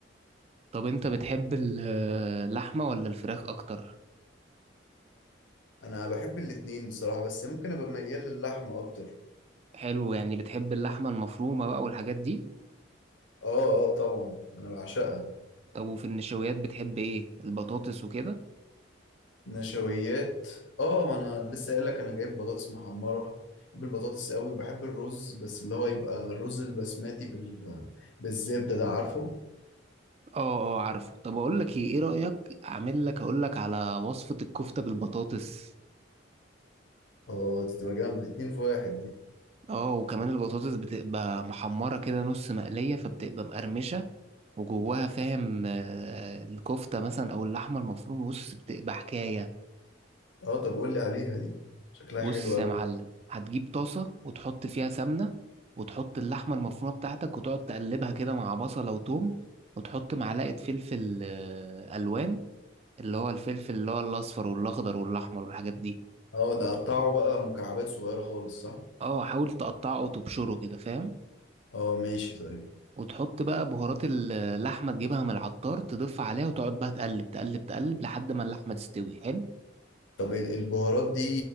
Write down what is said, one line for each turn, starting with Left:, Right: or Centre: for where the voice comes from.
Right: طب انت بتحب ال- اللحمة ولا الفراخ اكتر
Left: انا بحب الاتنين بصراحه بس ممكن ابقى ميال للحمه اكتر
Right: حلو يعني بتحب اللحمة المفرومة بقى والحاجات دي
Left: اه اه طبعا انا بعشقها
Right: طب وفي النشويات بتحب ايه البطاطس وكده
Left: نشويات اه انا لسه قايل لك انا جايب بطاطس محمره بحب البطاطس قوي وبحب الرز بس اللي هو يبقى الرز البسماتي بال... بالزبده ده عارفه
Right: اه اه عارفه طب اقول لك ايه ايه رأيك اعمل لك اقول لك على وصفة الكفتة بالبطاطس
Left: اه دي تبقى جامده اتنين في واحد دي
Right: اه وكمان البطاطس بتبقى محمرة كده نص مقلية فبتبقى مقرمشة وجواها فاهم آه، الكفتة مثلا أو اللحمة المفرومة بص بتبقى حكاية
Left: اه طب قول لي عليها دي شكلها
Right: بص
Left: حلو قوي
Right: يا معلم هتجيب طاسة وتحط فيها سمنة وتحط اللحمة المفرومة بتاعتك وتقعد تقلبها كده مع بصلة وتوم وتحط معلقة فلفل آه، ألوان اللي هو الفلفل اللي هو الأصفر والأخضر والأحمر والحاجات دي
Left: اه ده قطعه بقى مكعبات صغيره خالص صح
Right: اه حاول تقطعه وتبشره كده فاهم
Left: اه ماشي طيب
Right: وتحط بقى بهارات اللحمة تجيبها من العطار تضيف عليها وتقعد بقى تقلب تقلب تقلب لحد ما اللحمة تستوي حلو
Left: طب ال- البهارات دي